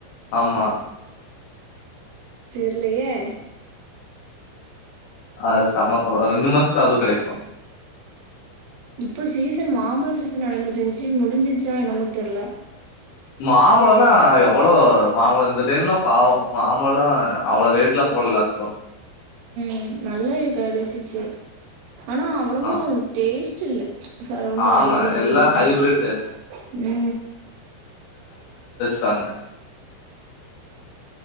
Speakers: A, on the left; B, on the right.
A: ஆமா
B: தெர்லயே
A: அ சமபழம் ரண்டு மாசத்தா அதுவு கெடைக்கு
B: இப்போ சீசன் மாம்பழ சீசன் நடந்துட்ருந்ஞ்சு முடிஞ்சிச்சா என்னமு தெர்ல
A: மாம்பழோலா எவ்வளோ மாம்பழம் இந்த டைம்ல பாவோ மாம்பழம்லா அவ்ளோ ரேட்லலா போல எல்லாத்துக்கு
B: உ நல்லா கெடச்சிச்சு ஆனா அவ்ளோமெ
A: ஆ
B: டேஸ்ட் ஜில்ல ச ரொம்பழுகி
A: ஆமா
B: அந்த
A: எல்லா
B: மாரி இருன்ச்சு
A: ஹைபிரிட்டு
B: உ
A: டாங்க